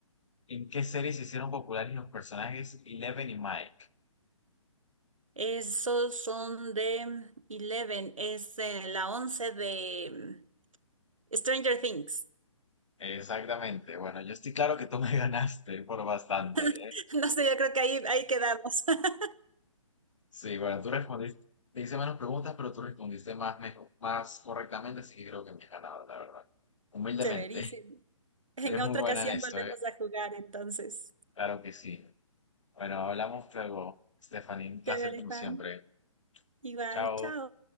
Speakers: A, on the left; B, on the right.
A: ¿En qué series se hicieron populares los personajes Eleven y Mike?
B: Esos son de Eleven, es eh, la 11 de mm, Stranger Things.
A: Exactamente. Bueno, yo estoy claro que tú me <laughs> ganaste por bastante, ¿eh?
B: <laughs> No sé, yo creo que ahí, ahí quedamos. <laughs>
A: Sí, bueno, tú respondiste, te hice menos preguntas, pero tú respondiste más, mejor, más correctamente, así que creo que me has ganado, la verdad. Humildemente,
B: Chéverísimo.
A: <laughs>
B: En
A: eres
B: otra
A: muy buena
B: ocasión
A: en esto,
B: volvemos
A: ¿eh?
B: a jugar, entonces.
A: Claro que sí. Bueno, hablamos luego, Stephanie. Un placer
B: Chévere,
A: como
B: Juan.
A: siempre.
B: Igual,
A: Chao.
B: chao.